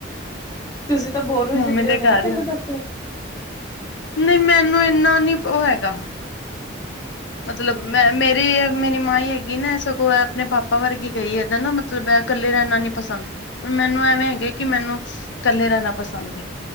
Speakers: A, on the left; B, on the left.
A: ਤੁਸੀਂ ਤਾਂ ਬੋਰ ਹੋ
B: ਮੰਮੀ
A: ਜਾਂਦੇ ਹੋਣੇ
B: ਦੇ ਘਰ
A: ਨਾ ਕੱਲੇ
B: ਹੀ ਹੁੰਦੀ
A: ਬੈਠੇ?
B: ਨਹੀਂ, ਮੈਨੂੰ ਇੰਨਾ ਨੀ ਉਹ ਹੈਗਾ। ਮਤਲਬ
A: ਹਮ
B: ਮੈਂ, ਮੇ ਤੇ ਏ ਮੇਰੀ ਮਾਹੀ ਹੈਗੀ ਨਾ ਸਗੋਂ ਏ ਆਪਣੇ ਪਾਪਾ ਵਰਗੀ ਗਈ ਏ ਦ ਨਾ ਮਤਲਬ ਇਹ ਇਕੱਲੇ ਰਹਿਣਾ ਨਈ ਪਸੰਦ ਹਣ ਮੈਨੂੰ ਐਵੇਂ ਹੈਗਾ ਕਿ ਮੈਨੂੰ ਕੱਲੇ ਰਹਿਣਾ ਪਸੰਦ ਹੈ।